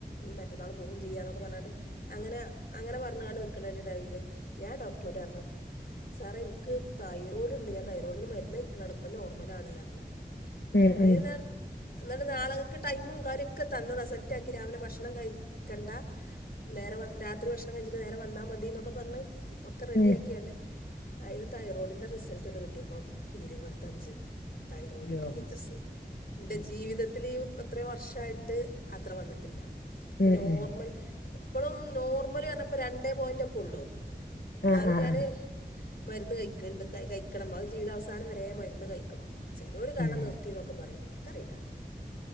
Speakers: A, on the left; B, on the left.
A: മറ്റന്നാള് പോവൂ ചെയ്യാ എന്നൊക്കെ പറഞ്ഞാണ്ട് അങ്ങന അങ്ങന പറഞ്ഞാണ്ട് നിക്കണാ ടൈമില് ഞാൻ ഡോക്ടറോട് പറഞ്ഞു സാറെ ഇൻക്ക് തൈറോയ്ഡ്ണ്ട് ഞാൻ തൈറോയിഡിന് മരുന്നൈക്കണാണ് ഇപ്പം നോർമലാണ് പർഞ്ഞു
B: ഉം
A: അയില്
B: ഉം
A: ഞാൻ എന്ന നാളകക്ക് ടൈമും കാര്യോക്കെ തന്നതാ സെറ്റാക്കി രാവിലെ ഭക്ഷണം കയിക്കണ്ട നേരെ വ രാത്രി ഭക്ഷണം കഴിച്ചിട്ട് നേരെ വന്നാ മതിന്നൊക്കെ പറഞ്ഞ് ഒക്കെ റെഡി
B: ഉം
A: ആക്കിയാണ്ട് അയ്ല് തൈറോയ്ഡിൻ്റെ റിസൾറ്റ്ണ്ട് കിട്ടിയപ്പോ ഇരുവത്തഞ്ച് തൈറോയിഡ്
B: യ്യോ
A: ടി എച്ച് എസ് എൻ്റെ
B: ഉം
A: ജീവിതത്തില് യു അത്ര വർഷമായിട്ട് അത്ര വന്നിട്ടില്ല പിന്നെ
B: ഉം
A: നോർമ്മൽ
B: ഉം
A: ഇപ്പളും നോർമല് പറഞ്ഞപ്പോള് രണ്ടേ പോയിന്റ് ഒക്കെ ഒള്ളൂ ന്നാലും
B: ആഹ് ആഹ്
A: ഞാന്
B: ആഹ്
A: മരുന്ന് കയിക്ക്ണ്ട് കയിക്കണം അത് ജീവിതാവസാനം വരെ മരുന്ന് കയിക്കണോലോ ചെലോര് കാരണം
B: ഉം
A: നിർത്തിന്നൊക്കെ പറയും എനിക്കറിയില്ല